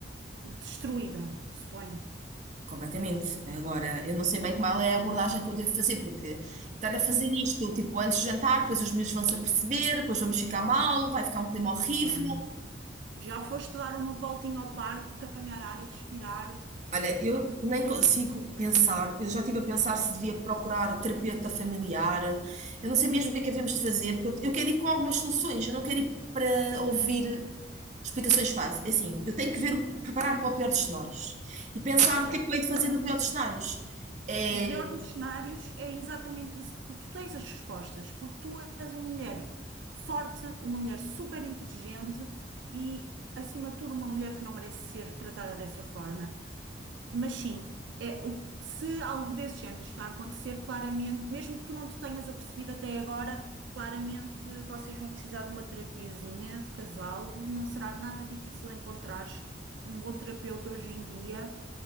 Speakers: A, on the right; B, on the right.
A: Destruída, suponho.
B: completamente. Agora, eu não sei bem como ela é a abordagem que eu devo fazer, porque estar a fazer isto, tipo, antes de jantar, depois os meus vão se aperceber, depois vamos ficar mal, vai ficar um clima horrível.
A: Claro. Já foste dar uma voltinha ao parque, apanhar ar e respirar.
B: Olha, eu nem consigo pensar, eu já estive a pensar se devia procurar terapeuta familiar, eu não sei mesmo o que é que havemos de fazer, porque eu eu quero ir com algumas soluções, eu não quero ir para ouvir explicações fáceis. É Assim, eu tenho que ver, o- preparar-me para o pior dos cenários e pensar
A: Certo.
B: o que é que eu hei de fazer no pior dos cenários. É,
A: No pior dos cenários, é exatamente isso que tu, tu tens as respostas, porque tu és uma mulher forte, uma mulher super inteligente e, acima de tudo, uma mulher que não merece ser tratada dessa forma. Mas sim, é, o- se algo desse género está a acontecer, claramente, mesmo que tu não te tenhas apercebido até agora, claramente vocês vão precisar de uma terapiazinha de casal. Não será nada difícil encontrares um bom terapeuta hoje em dia.